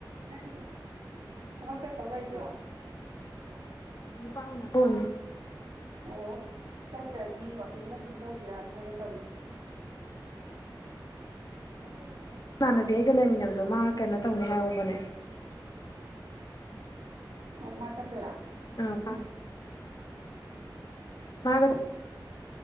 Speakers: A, on the right; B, on the left.
A: ꯅꯪ ꯊꯕꯛ ꯆꯠꯇꯧ ꯂꯩꯕ꯭ꯔꯣ ꯎꯝ
B: ꯅꯨꯄꯥꯅ ꯐꯣꯟꯅꯤ
A: ꯑꯣ ꯆꯠꯇ꯭ꯔꯗꯤ ꯋꯥꯋꯀꯤꯡꯒ ꯁꯨꯝ ꯆꯧꯁꯤꯔꯅ ꯍꯥꯏꯒꯦ ꯇꯧꯅꯤ <unintelligible>
B: ꯏꯃꯥꯟꯅꯕꯤ ꯑꯩꯒ ꯂꯩꯃꯤꯟꯅꯕꯗꯣ ꯃꯥ ꯀꯩꯅꯣ ꯇꯧꯅꯤ ꯍꯥꯏꯍꯧꯕꯅꯦ
A: ꯑꯣ ꯃꯥ ꯆꯠꯇꯣꯏꯔꯣ
B: ꯑ ꯃꯥ